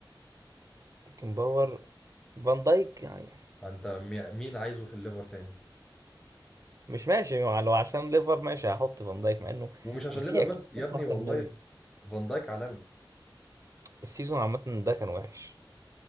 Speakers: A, on the right; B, in the centre.
A: بيكن باور فان دايك يعني
B: انت مي- مين عايزه في الليفر تاني
A: مش ماشي يعني لو عشان ليفر ماشي هحط فان دايك مع انه
B: ومش عشان
A: في
B: ليفر
A: اكيد
B: بس يا
A: ناس
B: ابني
A: احسن
B: والله
A: من
B: فان دايك عالمي
A: السيزون عامه ده كان وحش